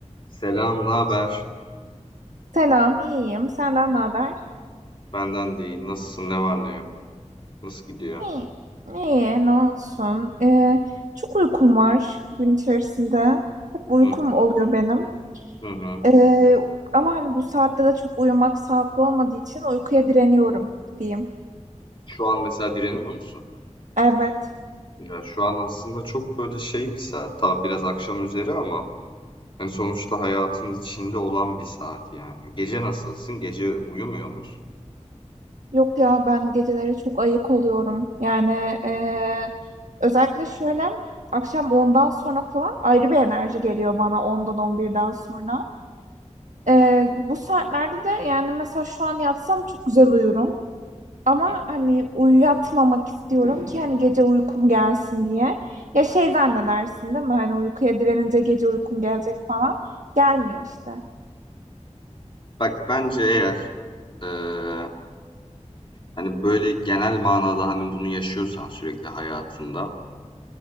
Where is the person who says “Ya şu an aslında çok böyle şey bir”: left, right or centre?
Left